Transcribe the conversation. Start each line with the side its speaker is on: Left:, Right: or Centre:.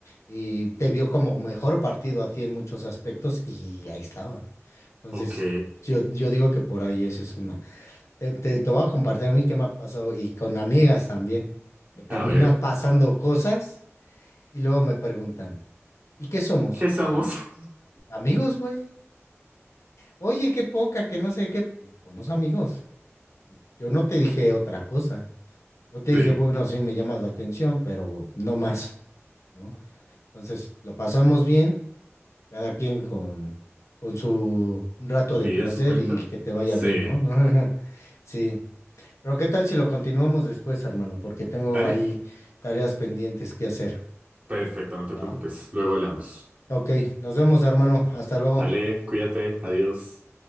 Left: y te vio como mejor partido a ti en muchos aspectos y ahí estaban. Entonces,
Right: Ok,
Left: yo, yo digo que por ahí esa es una. Te, te, te voy a compartir a mí qué me ha pasado y con amigas también, que termina
Right: a ver,
Left: pasando cosas y luego me preguntan. ¿Y qué somos?
Right: ¿qué somos?
Left: O sea,
Right: <laughs>
Left: amigos, güey. Oye, qué poca, que no sé qué. Pues, somos amigos. Yo no te dije otra cosa. Yo te dije,
Right: Sí,
Left: bueno, sí, me llamas la atención, pero no más, ¿no? Entonces, lo pasamos bien, cada quien con, con su rato
Right: vi
Left: de placer
Right: de su cuenta.
Left: y que te vaya
Right: Sí,
Left: bien, ¿no? <laughs> Sí. Pero ¿qué tal si lo continuamos después, hermano? Porque tengo
Right: dale,
Left: ahí tareas pendientes que hacer,
Right: perfecto, no te preocupes,
Left: ¿va?
Right: luego hablamos.
Left: Ok, nos vemos, hermano. Hasta luego.
Right: Dale, cuídate, adiós.